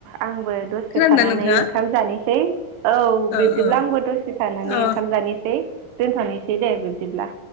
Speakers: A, on the right (about 90°); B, on the left (about 85°).
A: आंबो दसे
B: खोनादोंना
A: थानानै
B: नोंथाङा?
A: ओंखाम जानोसै। औ बिब्दिब्ला
B: ओ ओ
A: आंबो दसे थानानै
B: ओ
A: ओंखाम जानिसै। दोनथ'नोसै दे बिब्दिब्ला।